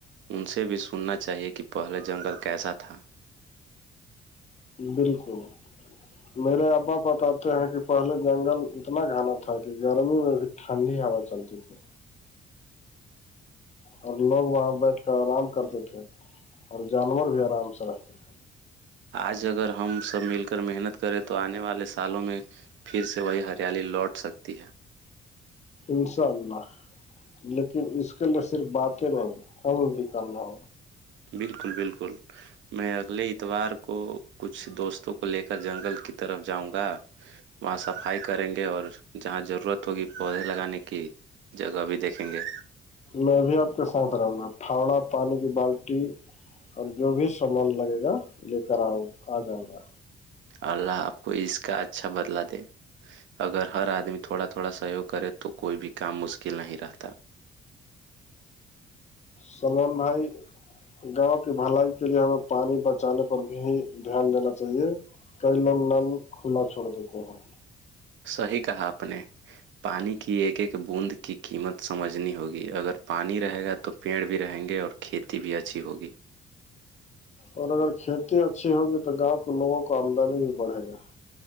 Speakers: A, on the right (about 70°); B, on the left (about 35°).
A: ان سے بھی سننا چاہیے کہ پہلے جنگل کیسا تھا
B: بالکل میرے ابا بتاتے ہیں کہ پہلے جنگل اتنا گھناا تھا کہ گرمی میں بھی ٹھنڈی ہوا چلتی تھی اور لوگ وہاں بیٹھ کر آرام کرتے تھے اور جانور بھی آرام سے رہتے تھے
A: آج اگر ہم سب مل کر محنت کریں تو آنے والے سالوں میں پھر سے وہی ہریالی لوٹ سکتی ہے
B: انشاء اللہ لیکن اس کے لیے صرف باتیں نہیں کون بھی کرنا ہو
A: بالکل بالکل میں اگلے اتوار کو کچھ دوستوں کو لے کر جنگل کی طرف جاؤں گا وہاں صفائی کریں گے اور جہاں ضرورت ہوگی پودے لگانے کی جگہ بھی دیکھیں گے
B: میں بھی آپ کے ساتھ رہوں گا پھاوڑا پانی کی بالٹی اور جو بھی سامان لگے گا لے کر آؤں آ جاؤں گا
A: اللہ آپ کو اس کا اچھا بدلا دیں اگر ہر آدمی تھوڑا تھوڑا سہیوگ کرے تو کوئی بھی کام مشکل نہیں رہتا
B: سلمان بھائی گاؤں کی بھلائی کے لیے ہمیں پانی بچانے پر بھی دھیان دینا چاہیے کئی لوگ کھلا چھوڑ دیتے ہیں
A: صحیح کہا آپ نے پانی کی ایک ایک بوند کی قیمت سمجھنی ہوگی اگر پانی رہے گا تو پیڑ بھی رہیں گے اور کھیتی بھی اچھی ہوگی
B: اور اگر کھیتی اچھی ہوگی تو گاؤں کے لوگوں کو آمدنی بھی بڑھے گی